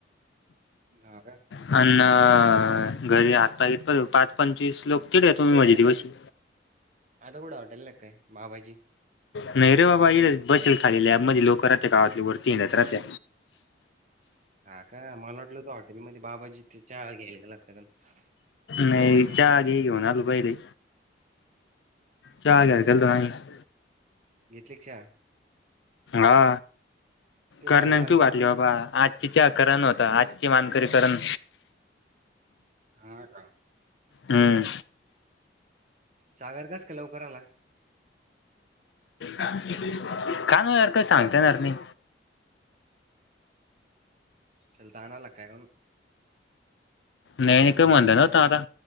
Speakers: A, on the right; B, on the left.
A: हा का.
B: हा ना, घरी आत पाय घेतो पाच पंचवीस लोक तडे तोम् माझे दिवशी.
A: आता कुट हॉटेल ला आहे काय? बाबाजी.
B: नाही रे बाबा येडच बसेल खाले लॅब म्हणे लोक राहते गावातली वरती येणार राहते.
A: हा का, मला वाटलं होत हॉटेलमध्ये बाबाजी चाहा घ्यायलाला का? ते
B: नाही
A: मडर बीडर
B: चहा
A: करतील
B: घे घेऊन
A: दहा
B: आलो
A: मिनिटात.
B: पहिले चहा घ्याया चा राहिला,
A: घेतली का चहा?
B: हा.
A: तिकडे
B: करण्याम
A: भांडणं आलते
B: कू वातले
A: ना पहिले.
B: बाबा, आज आच्या करण होता. आजची मानकरीकरण.
A: हा का.
B: हम्म.
A: सागर कस काय लवकर आलाय?
B: का नाही यार काय सांगता येणार
A: हं,
B: नाही.
A: त्याला ताना य लागतंय ना‌.
B: नाही न का म्हणता दादा